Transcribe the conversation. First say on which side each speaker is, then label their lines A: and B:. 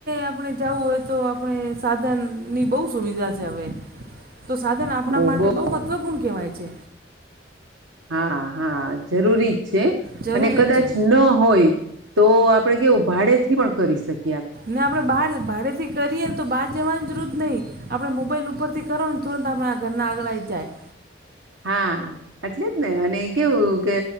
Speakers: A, on the right; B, on the right.
A: આપણે જવું હોય તો આપણે સાધનની બહુ સુવિધા છે હવે તો સાધન આપણા
B: બો
A: માટે
B: બો
A: બહુ મહત્ત્વપૂર્ણ કહેવાય છે
B: હા હા જરૂરી જ છે
A: જરૂરી
B: અને કદાચ
A: જ છે
B: ન હોય. તો આપડે કેવું ભાડે થી પણ કરી શક
A: ને આપડે બાર ભાડેથી. કરીએ ને તો બહાર જવાની જરૂર જ નહીં આપણે મોબાઈલ ઉપરથી કરો ને તુરંત આપણા ઘરના આગળ આઇ જાય
B: હા એટલે જ ને અને કેવું કે